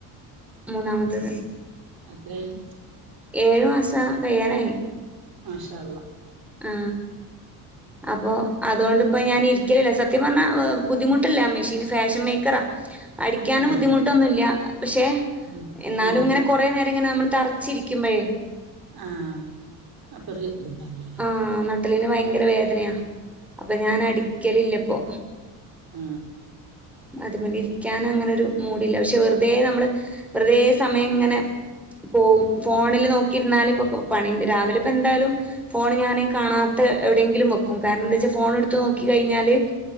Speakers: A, in the centre; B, on the right.
A: മൂന്നാമത്തെ തട
B: അത്രയും
A: ഏഴു അസം കയ്യാനായി
B: മാഷാ
A: ആ അപ്പോോ അതുകൊണ്ടിപ്പ ഞാൻ ഇരിക്കലില്ല സത്യം പറഞ്ഞാൽ ബുദ്ധിമുട്ടില്ല മെഷീന് ഫാഷൻ മേക്കറാ അടിക്കൻ
B: ആഹ്
A: ബുദ്ധിമുട്ടൊന്നുമില്ല പക്ഷെ
B: ആഹ്
A: എന്നാലും
B: ആഹ്
A: ഇങ്ങനെ കൊറ നേര ങ്ങെ നമ്മൾ തറച്ചിരിക്കുമ്പോഴേ
B: ആ അപ്പത് <unintelligible>
A: ആ നട്ടെല്ലിന്ന് ഭയങ്കര വേദനയാ അപ്പൊ ഞാൻ അടിക്കലില്ലപ്പോ
B: ആ
A: അത് മല് ഇരിക്കാൻ അങ്ങനൊരു മൂഡില്ല പക്ഷെ വെർ തേ നമ്മള് വെറ്തേ സമയംങ്ങനെ പോ ഫോണില് നോ ക്കിരുന്നാലിപ്പൊ പണിണ്ട് രാവിലെപ്പെന്തായാലും ഫോണ് ഞാന് കാണാത്ത എവിടെയെങ്കിലും വെക്കും കാരണം ന്താച്ചാ ഫോൺ എടുത്തു നോക്കി കഴിഞ്ഞാല്